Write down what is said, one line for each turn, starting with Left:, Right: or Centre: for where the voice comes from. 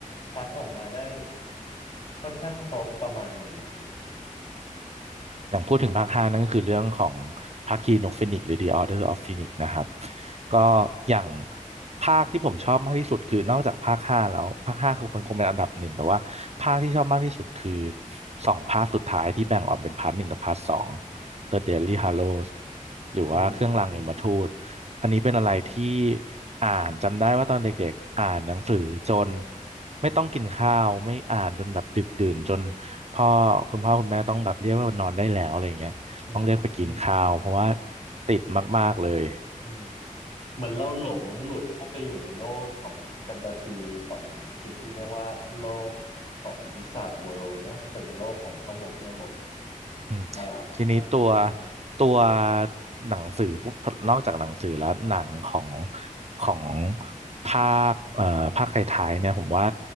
Left: คัดออกมาได้ค่อนข้างครบประมาณหนึ่ง
Right: อย่างพูดถึงภาคห้านั่นก็คือเรื่องของภาคีนกฟีนิกซ์หรือ The Order of Phoenix นะครับก็อย่างภาคที่ผมชอบมากที่สุดคือนอกจากภาคห้าแล้วภาคห้าคือมันคงเป็นอันดับหนึ่งแต่ว่าภาคที่ชอบมากที่สุดคือสองภาคสุดท้ายที่แบ่งออกเป็นพาร์ทหนึ่งกับพาร์ทสอง The Deathly Hallows หรือว่าเครื่องรางยมทูต
Left: อืม
Right: อันนี้เป็นอะไรที่อ่านจำได้ว่าตอนเด็กๆอ่านหนังสือจนไม่ต้องกินข้าวไม่อ่านจนแบบดึกดื่นจน พ่อคุณพ่อคุณแม่ต้องแบบเรียกว่านอนได้แล้วอะไรอย่างเงี้ยต้องเรียกไปกินข้าวเพราะว่า
Left: อืม
Right: ติดมากๆเลย
Left: อืมเหมือนเราหลงหลุดเข้าไปอยู่ในโลกของแฟนตาซีของสิ่งที่เรียกว่าโลกของวิสาทเวิลด์เนาะเป็นโลกของพ่อมดแม่มด
Right: อืม
Left: อ่า
Right: ทีนี้อืมตัว
Left: อืม
Right: ตัวหนังสือปุ๊บนอกจากหนังสือแล้วหนังของของภาคเอ่อภาคท้ายๆเนี่ยผมว่า